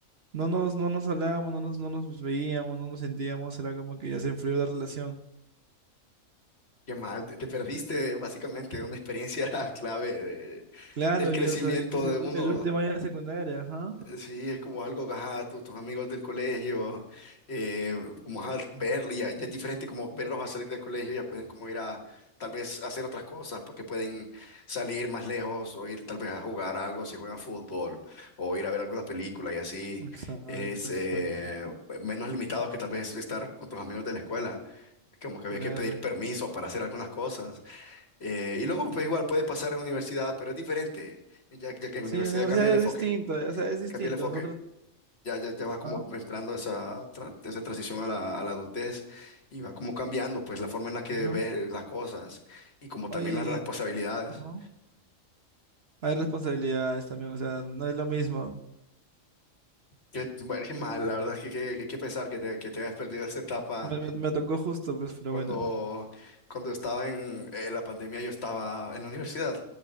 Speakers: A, on the right; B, on the left.
A: No nos, no nos hablábamos, no nos, no nos veíamos, no nos sentíamos, era como que ya se enfrió la relación.
B: Qué mal, te te perdiste básicamente una experiencia <laughs> clave de-
A: Claro,
B: del crecimiento
A: y o sea, y es el,
B: de uno.
A: el último año de secundaria, ajá.
B: eh, Sí, es como algo, ajá, tu- tus amigos del colegio, eh, como ajá, verlo, ya, ya es diferente como verlos a salir del colegio, ya pueden como ir a tal vez hacer otras cosas, porque pueden salir más lejos o ir tal vez a jugar algo si juegan fútbol o ir a ver alguna película y así
A: Exacto,
B: es eh,
A: exacto.
B: menos limitado que tal vez estar con tus amigos de la escuela. Como que había
A: Claro.
B: que pedir permiso para hacer algunas cosas. Eh, y luego, pues igual puede pasar en la universidad, pero es diferente, ya, ya que en
A: Sí,
B: la universidad
A: la universidad
B: cambia el enfoque,
A: es distinto, o sea, es distinto.
B: cambia el enfoque.
A: Es otro,
B: Ya, ya, ya
A: ajá,
B: vas como entrando a esa, tra- esa transición a la, a la adultez y va como cambiando pues la forma en la que
A: ajá.
B: ves las cosas y como
A: Oye,
B: también las responsabilidades.
A: y- ajá. Hay responsabilidades también, o sea, no es lo mismo.
B: Qué, bueno, qué mal, la verdad es que qué, qué- qué pesar que te, que te hayas perdido esa etapa
A: Me, me- me tocó justo, pues, pero
B: Cuando,
A: bueno.
B: cuando estaba en eh, la pandemia, yo estaba en la universidad